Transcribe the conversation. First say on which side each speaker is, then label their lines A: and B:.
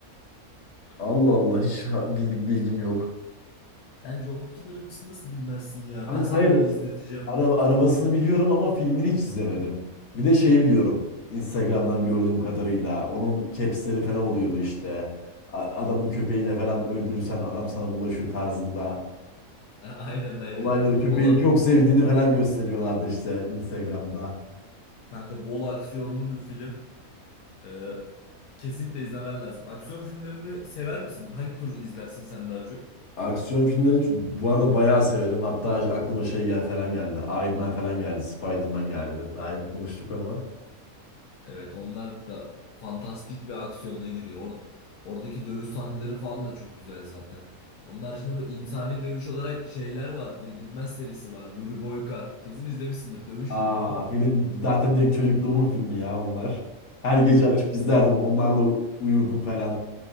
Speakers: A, on the left; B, on the left.
A: Allah Allah hiç ha- bil- bilgim yok.
B: Sen John Wick'in arabasını nasıl bilmezsin ya?
A: Kanka
B: Ben sana
A: hayır
B: onu izleteceğim.
A: Ara- arabasını biliyorum ama filmini hiç izlemedim. Bir de şeyi biliyorum. Instagram'dan gördüğüm kadarıyla onun capsleri falan oluyordu işte. A- Adamın köpeğine falan öldürürsen adam sana bulaşıyor tarzında.
B: <laughs> Aynen aynen.
A: Olayları köpeğini
B: O da
A: çok sevdiğini falan gösteriyorlardı işte Instagram'da.
B: Kanka bol aksiyonlu bir film. Ee, kesinlikle izlemen lazım. Aksiyon filmlerini sever misin? Hangi tür izlersin sen daha çok?
A: Aksiyon filmlerini ç- bu arada bayağı severim. Hatta aklıma şey gel falan geldi. Iron Man falan geldi. Spider-Man geldi. Daha yeni konuştuk ama.
B: Evet, onlar da fantastik ve aksiyona giriyor. Or- oradaki dövüş sahneleri falan da çok güzel zaten. Onun haricinde böyle insani dövüş olarak şeyler var. Yedilmez serisi var. Yuri Boyka. Kesin izlemişsindir dövüş
A: Aa,
B: filmi ama.
A: benim zaten direkt çocukluğumun filmi ya onlar. Her gece
B: Değil mi?
A: açıp izlerdim. Onlarla u- uyurdum falan.